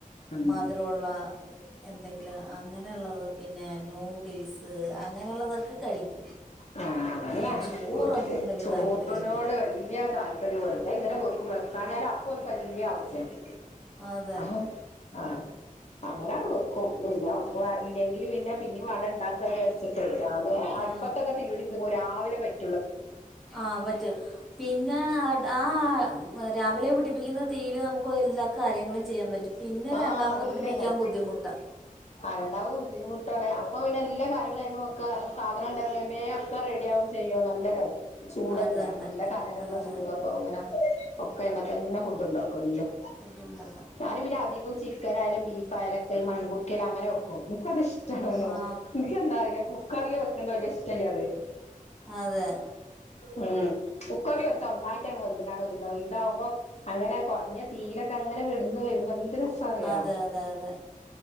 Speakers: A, on the left; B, in the centre.
A: ഉം
B: മധ്രൊള്ള എന്തെങ്കിലും അങ്ങനെയൊള്ളത് പിന്നെ നൂഡിൽസ് അങ്ങനെള്ളതൊക്കെ കഴിക്കും
A: ആ അതന്നെ
B: ഈ
A: <unintelligible>
B: ചോറൊന്നും വലിയ
A: ചോറിനോട്
B: താല്പര്യമില്ല
A: വല്യ താല്പര്യം <unintelligible> അപ്പോ ഇങ്ങനെ വെക്കും വെക്കാഞ്ഞാല് അപ്പൊൽക്ക് വല്യ ആവ്സ്യാണ്
B: അതെ
A: അഹ്ആ അങ്ങനാണ്ട് വെക്കും പിന്നെ ഇല്ല്യെങ്കില് പിന്നെ പിന്നിം വേണ്ടേ ണ്ടാക്കാ വെച്ച്ട്ട് രാവ് ലെ അ
B: ആ
A: പ്പത്തൊക്കെ തീയുടിപ്പ് <unintelligible> രാവിലെ കഴി
B: ആ പറ്റും പിന്നെ ആ ആ രാവിലെ പിടിപ്പിക്ക്ന്ന തീയില് നമുക്ക് എല്ലാ കാര്യങ്ങളും ചെയ്യാൻ പറ്റും പിന്നെ രണ്ടാമത്
A: ആഹ് അല്ലേ
B: പ്പിടിപിക്യാൻ ബുദ്ധിമുട്ടാ.
A: ആ രണ്ടാമത് ബുദ്ധിമുട്ടാണ് അപ്പൊ പിന്നെ എല്ലാ കാര്യങ്ങളും അയ്മെ വെക്ക സാധനണ്ടേ വേമ്മ്മ്പേ ഒക്കെ റെഡി ആവും ചെയ് അയ്യോ നല്ലരെ ചൂടല്ലേ
B: അത് തന്നെ
A: നല്ല കനല്ള്ള
B: അതെ
A: ചൂടാപ്പൊ ഇങ്ങന ഒക്കൈമതന്നെ ഫുഡ് ണ്ടാ കൊല്ലം
B: ഫുഡ് ഉണ്ടാക്കാം
A: ഞാന് പിന്നെ അധികും ചിക്കനായാലും ബീഫായാലൊക്കെ ഈ മൺകു <unintelligible> അങ്ങനെ വെക്കും ഇൻകതിഷ്ടാണ്ങ്ങനെ
B: ആ
A: ഇൻകെതാറീല കുക്കർല്ല് വെക്കണ്ടേ വെല്ല്യഷ് ശ്ട്ടല്ല്യത്
B: അതെ
A: ഉം കുക്കർല്ല് വെച്ച ഒന്നായിറ്റാണ്ട് വെന്ത്കാണ്ട് ഒര്തായി ഇതാവുമ്പോ അങ്ങനെ കൊർഞ്ഞ തീലൊക്കെ അ ങ്ങനെ കെട്ന്ന് വെര്മ്പോ ന്ത് രസ അറിയ
B: അതെ അതെ അതെ